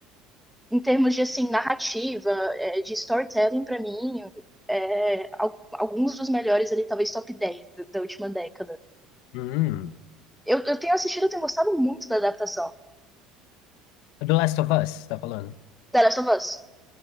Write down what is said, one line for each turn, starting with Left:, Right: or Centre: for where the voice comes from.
Centre: Em termos de, assim, narrativa, é, de storytelling, pra mim, é, al- alguns dos melhores ali, talvez top 10 da, da última década.
Left: Hum.
Centre: Eu, eu tenho assistido, eu tenho gostado muito da adaptação.
Left: Do Last of Us, você tá falando?
Centre: The Last of Us.